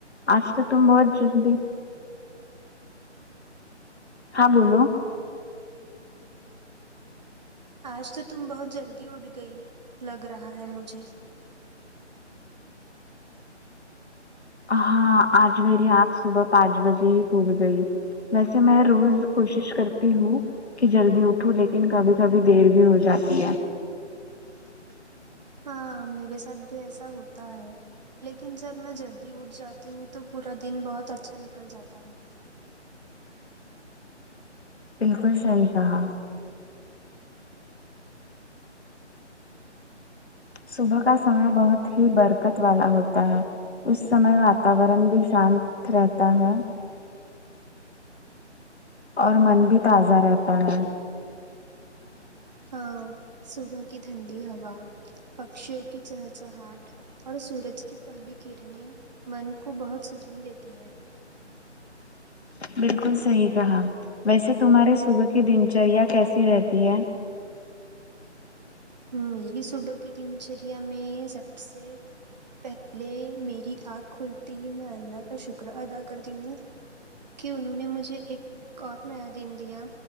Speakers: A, on the left (about 60°); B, on the right (about 35°).
A: آج تو تم بہت جلدی ہاں بولو
B: آج تو تم بہت جلدی اٹھ گئی لگ رہا ہے مجھے
A: ہاں آج میری آنکھ صبح پانچ بجے ہی کھل گئی ویسے میں روز کوشش کرتی ہوں کہ جلدی اٹھو لیکن کبھی کبھی دیر بھی ہو جاتی ہے
B: ہاں میرے ساتھ بھی ایسا ہوتا ہے لیکن جب میں جلدی اٹھ جاتی ہوں تو پورا دن بہت اچھا نکل جاتا ہے
A: بالکل صحیح کہا صبح کا سمے بہت ہی برکت والا ہوتا ہے اس سمے واتاورن بھی شانت رہتا ہے اور من بھی تازہ رہتا ہے
B: ہاں صبح کی ٹھنڈی ہوا پکشیوں کی چہچہٹ اور سورج کی پہلی کرنیں من کو بہت سکون دیتی ہے
A: بالکل صحیح کہا ویسے تمہارے صبح کی دن چریا کیسی رہتی ہے
B: میری صبح کی دن چریا میں سب سے پہلے میری آنکھ کھلتی ہی میں اللہ کا شکر ادا کرتی ہوں کہ انہوں نے مجھے ایک اور نیا دن دیا